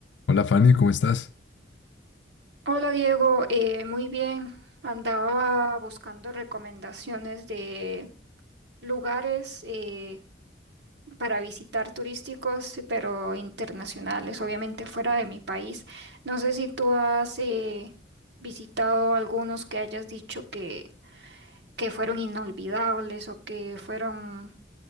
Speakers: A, on the left; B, on the right.
A: Hola Fanny, ¿cómo estás?
B: Hola Diego, eh, muy bien. Andaba buscando recomendaciones de lugares eh, para visitar turísticos, pero internacionales, obviamente fuera de mi país. No sé si tú has eh, visitado algunos que hayas dicho que, que fueron inolvidables o que fueron